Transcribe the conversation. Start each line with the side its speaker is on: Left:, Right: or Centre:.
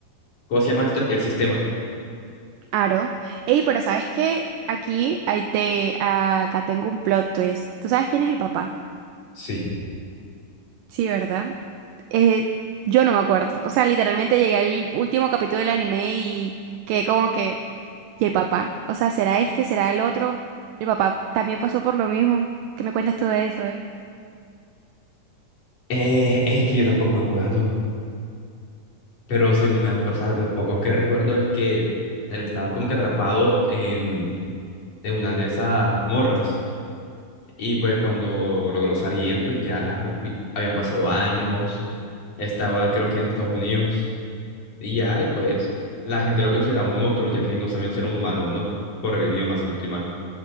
Left: ¿cómo se llama esto? El sistema.
Right: Aro. Ey, pero ¿sabes qué? Aquí, ahí te, acá tengo un plot twist. ¿Tú sabes quién es el papá?
Left: Sí.
Right: Sí, ¿verdad? Eh, yo no me acuerdo. O sea, literalmente llegué al último capítulo del anime y quedé como que... ¿Y el papá? O sea, ¿será este? ¿Será el otro? ¿El papá también pasó por lo mismo? ¿Qué me cuentas tú de eso, eh?
Left: Eh, es que yo tampoco me acuerdo, pero según me, ac- o sea, lo poco que recuerdo es que él estaba como que atrapado en, en una de esas mazmorras. Y pues cuando logró salir, pues ya vi- habían pasado años, estaba creo que en Estados Unidos, y ya, y pues la gente lo consideraba un monstruo, ya que no sabían si era un humano o no, por el idioma, si no estoy mal.